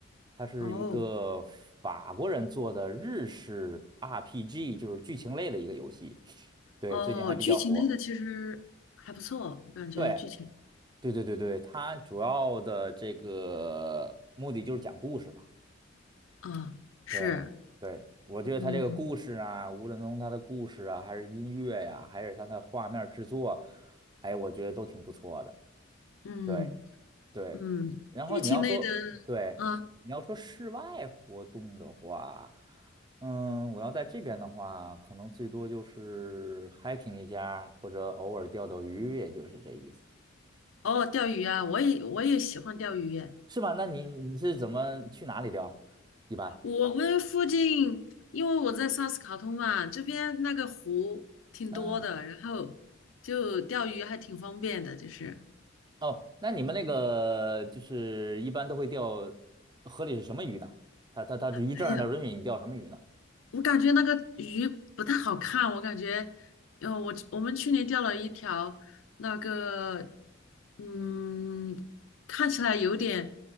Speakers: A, on the right; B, on the left.
A: 它是一个法国人做的日式
B: 哦
A: RPG，就是剧情类的一个游戏，对，
B: 哦，
A: 最近还比较火。
B: 剧情类的其实还不错，我感觉剧情
A: 对，对对对对，它主要的这个目的就是讲故事嘛。
B: 啊，是，
A: 对对，我觉得他这个故事啊，
B: 嗯
A: 无论从他的故事啊，还是音乐呀、还是他的画面制作，哎，我觉得都挺不错的。
B: 嗯
A: 对对，
B: 嗯，
A: 然后你要说对，
B: 剧情类的啊，
A: 你要说室外活动的话，嗯，我要在这边的话，可能最多就是 hiking 一下，或者偶尔钓钓鱼，也就是这意思，
B: 哦，钓鱼啊，我也我也喜欢钓鱼。
A: 是吧？那你你是怎么去哪里钓？一般？
B: 我们附近，因为我在萨斯卡通嘛，这边那个湖挺多的，
A: 嗯。
B: 然后就钓鱼还挺方便的。就是，
A: 哦，那你们那个就是一般都会钓河里是什么鱼呢？它它它渔证他它允许你钓什么鱼呢？
B: 哎呀，我感觉那个鱼不太好看，我感觉，呃，我我们去年钓了一条那个，嗯，看起来有点